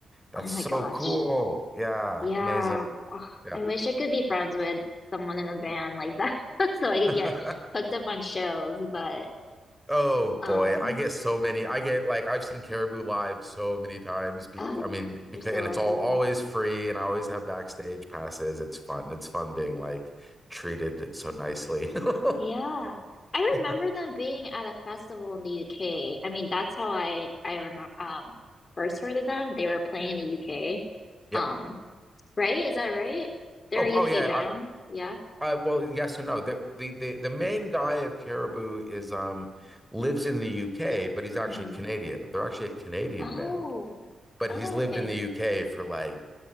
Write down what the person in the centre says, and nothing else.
that's
so
cool. Yeah,
amazing.
Yeah.
<laughs>
Oh
boy, I get so many. I get like I've seen Caribou live so many times. Be
I mean, because
and
it's all always free, and I always have backstage passes. It's fun. It's fun being like treated so nicely. <laughs>
Yeah.
Yeah.
Oh,
oh yeah.
I, I, well, yes and no. The, the the the main guy of Caribou is um lives in the UK,
but he's actually
Canadian. They're actually a Canadian
band, but
he's lived
in the UK for like